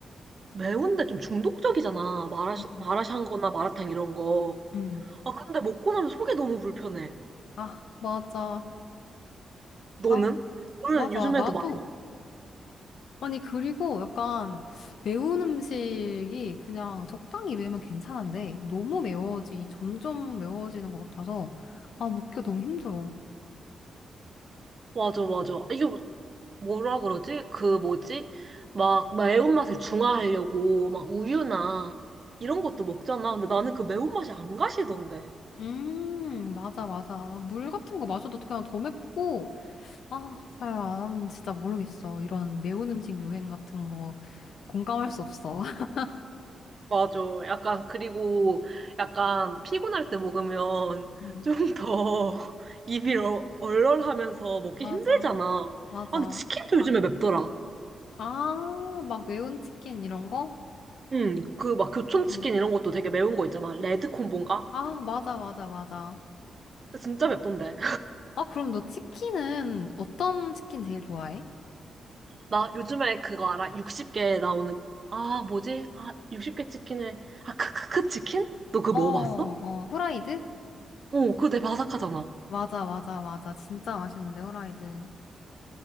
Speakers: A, on the right; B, on the left.
A: 매운데 좀 중독적이잖아. 마라샹,
B: 음,
A: 마라샹 거나 마라탕 이런 거.
B: 응
A: 아, 근데 먹고 나면 속이 너무 불편해.
B: 아, 맞아.
A: 너는?
B: 아,
A: 너는
B: 맞아.
A: 요즘에도
B: 나도,
A: 많이
B: 아니, 그리고 약간 매운 음식이 그냥 적당히 매우면 괜찮은데, 너무 매워지, 점점 매워지는 것 같아서, 아, 먹기가 너무 힘들어.
A: 맞아, 맞아. 이거 뭐라 그러지? 그 뭐지? 막 매운맛을 중화하려고 막 우유나 이런 것도 먹잖아. 근데 나는 그 매운맛이 안 가시던데.
B: 음, 맞아, 맞아. 물 같은 거 마셔도 그냥 더 맵고, 아, 사야, 나는 진짜 모르겠어. 이런 매운 음식 유행 같은 거 공감할 수 없어. <laughs>
A: 맞아. 약간 그리고 약간 피곤할 때 먹으면
B: 응,
A: 좀 더 <laughs> 입이 얼- 얼얼하면서 먹기
B: 맞아.
A: 힘들잖아.
B: 맞아.
A: 아, 근데 치킨도 요즘에 맵더라.
B: 아, 막 매운 치킨 이런 거?
A: 응, 그 막 교촌치킨
B: 응.
A: 이런 것도 되게 매운 거 있잖아. 레드콤보인가?
B: 아, 맞아, 맞아, 맞아.
A: 그거 진짜 맵던데.
B: 아, 그럼 너 치킨은 어떤 치킨 제일 좋아해?
A: 나 요즘에 그거 알아? 60개 나오는, 아, 뭐지? 아, 60개 치킨을, 아, 크크크 치킨? 너 그거
B: 어,
A: 먹어봤어?
B: 어, 후라이드?
A: 어, 그거 되게 바삭하잖아.
B: 맞아, 맞아, 맞아. 진짜 맛있는데, 후라이드.